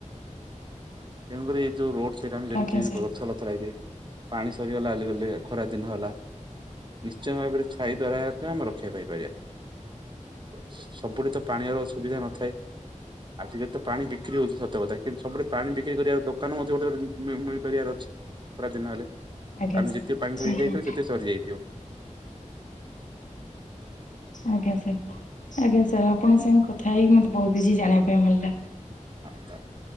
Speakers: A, on the right (about 35°); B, on the left (about 75°).
A: ତେଣୁକରି ଏଇ ଯଉ ରୋଡ ସାଇଟ ଆମେ ଯଦି
B: ଆଜ୍ଞା ସାର୍
A: ଗଛଲତା ପାଣି ସରିଗଲା କ ଖରା ଦିନ ହେଲା ନିଶ୍ଚୟ ଭାବରେ ଛାଇ ଦ୍ଵାରା ଆମେ ରକ୍ଷା ପାଇପାରିବା ସବୁଠି ତ ପାଣିର ଅ ସୁୁବିଧା ନଥାଏ। ଆଜି କାଲି ତ ପାଣି ବିକ୍ରି ହଉଛି ସତ କଥା କିନ୍ତୁ ସବୁଠେ ପାଣି ବିକ୍ରି କରିବାକୁ ଦୋକାନ ମଧ୍ୟ ଗୋଟେ ମିଳିପାରିବାର ଅଛି ଖରା ଦିନ ହେଲେ
B: ଆଜ୍ଞା
A: ଆମେ
B: ସାର୍
A: ଯେତେ ପାଣି ଧରିକି
B: ଆଜ୍ଞା
A: ଯାଇଥିବା ସେତେ ସରିଯାଇଥିବ।
B: ଆଜ୍ଞା ସାର୍ ଆଜ୍ଞା ସାର୍ ଆପଣଙ୍କ ସାଙ୍ଗେ କଥା ହେଇକି ମତେ ବହୁତ କିଛି ଜାଣିବା ପାଇଁ ମିଳିଲା।
A: <unintelligible>